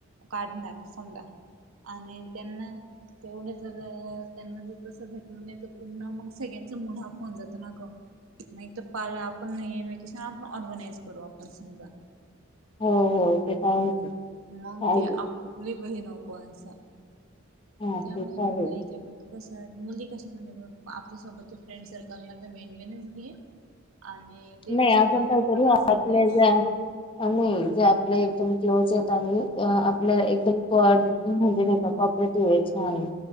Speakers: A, on the right; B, on the left.
A: काढणार समजा आणि त्यांना तेवढे जर त्यांना जर तस भेटल नाही तर पुन्हा मग सगळ्यांचा मुड ऑफ होऊन जातो ना गं नाही तर आपण हे वकेशन आपण ऑर्गनाइज करू आपण समजा
B: हो हो ते तर आहेच
A: हम् मंग
B: काय
A: ते आपली बहीण नको अस
B: हा ते
A: त्यामुळे
B: तर
A: म्हणल
B: आहे
A: इथे मग कसयं मुली कशी म्हणजे आपल्या सोबत फ्रेंड सर्कलमध्ये मेन मेनच घे आणि ते
B: नाही
A: कसं
B: आपण
A: म्हणजे
B: काय
A: पटापट
B: करू
A: आवडतील
B: आपल्या ज्या नाही जे आपल्या एकदम क्लोज आहेत आणि आपलं
A: ह
B: एकदम क म्हणजे कोऑपरेटिव्ह आहे छान